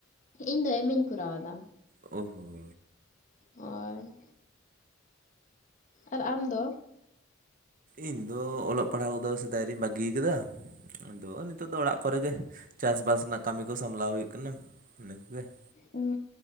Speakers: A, on the left; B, on the right.
A: ᱤᱧ ᱫᱚ ᱮᱢ ᱮᱧ ᱠᱚᱨᱟᱣ ᱮᱫᱟ ᱾
B: ᱚ ᱦᱚᱸ ᱾
A: ᱦᱳᱭ ᱾ <inaudible> ᱟᱨ ᱟᱢ ᱫᱚ?
B: ᱤᱧ ᱫᱚ ᱚᱞᱚᱜ ᱯᱟᱲᱦᱟᱣ ᱠᱚᱫᱚ ᱥᱮᱫᱟᱭ ᱨᱤᱧ ᱵᱟᱹᱜᱤᱭ ᱟᱠᱟᱫᱟ ᱾ ᱟᱫᱚ ᱱᱤᱛᱚᱜ ᱫᱚ ᱚᱲᱟᱜ ᱠᱚᱨᱮ ᱜᱮ ᱾ ᱪᱟᱥᱵᱟᱥ ᱨᱮᱱᱟᱜ ᱠᱟᱹᱢᱤ ᱠᱚ ᱥᱟᱢᱞᱟᱣ ᱦᱩᱭᱩᱜ ᱠᱟᱱᱟ ᱤᱱᱟᱹ ᱠᱚᱜᱮ ᱾
A: ᱦᱩᱸ